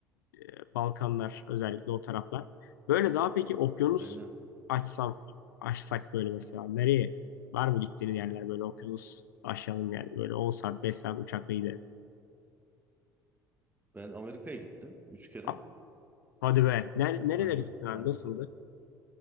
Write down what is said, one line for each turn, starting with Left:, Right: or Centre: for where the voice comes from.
Left: e, Balkanlar özellikle o taraflar. Böyle daha peki okyanus
Right: Aynen.
Left: açsam açsak böyle mesela nereye var mı gittiğin yerler böyle okyanus aşalım yani böyle 10 saat 5 saat uçakla gidelim.
Right: Ben Amerika'ya gittim. Üç kere.
Left: A- Hadi be. Ner nerelere
Right: Aynen.
Left: gittin abi?
Right: Aynen.
Left: Nasıldı?